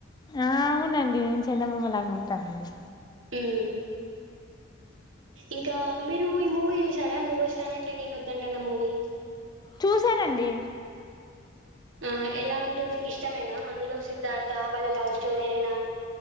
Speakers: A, on the left; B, on the right.
A: హా అవునండి నేను చందమామ లాగా ఉంటా అండి
B: ఊ ఇంకా మీరు ఈ మూవీ చూసారా నువ్ వస్తానంటే నేను వద్దంటనా మూవీ
A: చూశానండి
B: ఆ ఎలా ఉంటుంది మీకు ఇష్టమేనా అందులో సిద్ధార్థ వాళ్ళ లవ్ స్టోరీ అయి